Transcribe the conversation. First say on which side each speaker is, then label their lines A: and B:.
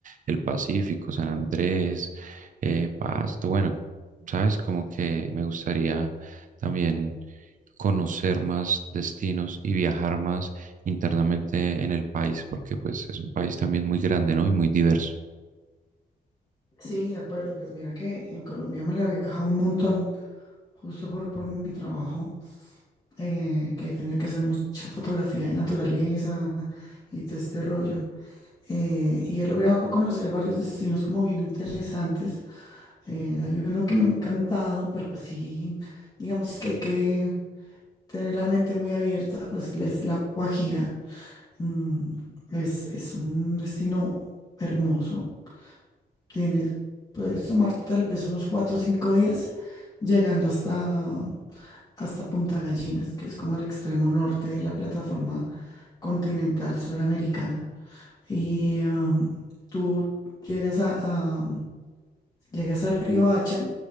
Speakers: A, on the right (about 55°); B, on the left (about 25°).
A: el Pacífico, San Andrés, eh, Pasto, bueno, sabes, como que me gustaría también conocer más destinos y viajar más internamente en el país, porque pues es un país también muy grande, ¿no? Y muy diverso.
B: Sí, de acuerdo. Pues mira que en Colombia me la he viajado un montón, justo por, por mi trabajo, eh, que he tenido que hacer mucha fotografía de naturaleza y todo este rollo. eh, y he logrado conocer varios destinos como bien interesantes. Eh, hay uno que me ha encantado, pero pues sí, digamos que hay que tener la mente muy abierta, pues la- es la Guajira. Mm, es, es un destino hermoso. Tienes, puedes tomarte tal vez unos cuatro o cinco días llegando hasta, hasta Punta Gallinas, que es como el extremo norte de la plataforma continental suramericana. Y am, tú llegas a, a- llegas a Riohacha